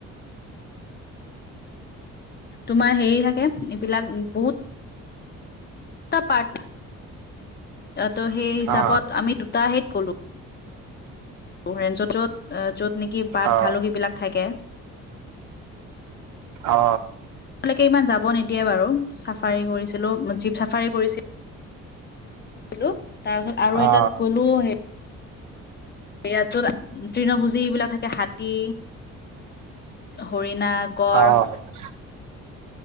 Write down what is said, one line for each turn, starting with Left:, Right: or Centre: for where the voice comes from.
Left: তোমাৰ হেৰি থাকে, এইবিলাক বহুত দুটা পাৰ্ট ত সেই হিচাপত
Right: অ
Left: আমি দুটাহে গলো। অভয়াৰণ্য য'ত, য'ত নেকি বাঘ,
Right: অ
Left: ভালুক এইবিলাক থাকে।
Right: অ
Left: তালেকে ইমান যাব নিদিয়ে বাৰু, চাফাৰি কৰিছিলো, জীপ চাফাৰি কৰিছি লো তাৰপিছত আৰু
Right: অ
Left: এটাত গলো মই। ইয়াত যত তৃণভূজী এইবিলাক থাকে হাত হাতী, হৰিণা, গড়
Right: অ